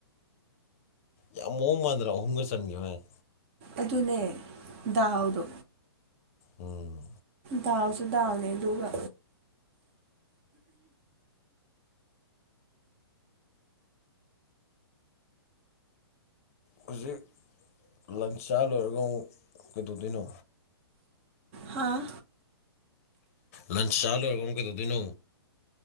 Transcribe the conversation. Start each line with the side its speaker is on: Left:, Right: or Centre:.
Left: ꯌꯥꯝ ꯃꯑꯣꯡ‌‌ ꯃꯥꯟꯗꯅ ꯑꯍꯨꯝꯒ ꯆꯟꯘꯤꯕꯩ ꯋꯥꯅ‌ꯦ
Right: ꯑꯗꯨꯅꯦ ꯗꯥꯎꯗꯣ
Left: ꯎꯝ
Right: ꯗꯥꯎꯁꯨ ꯗꯥꯎꯅꯦ ꯑꯗꯨꯒ
Left: ꯍꯧꯖꯤꯛ ꯂꯟꯁ ꯆꯥ ꯂꯣꯏꯔꯒ ꯑꯃꯨꯛ ꯀꯩꯗꯧꯗꯣꯏꯅꯣ
Right: ꯍꯥꯥ
Left: ꯂꯟꯁ ꯆꯥꯂꯣꯏꯔꯒ ꯑꯃꯨꯛ ꯀꯩꯗꯧꯗꯣꯏꯅꯣ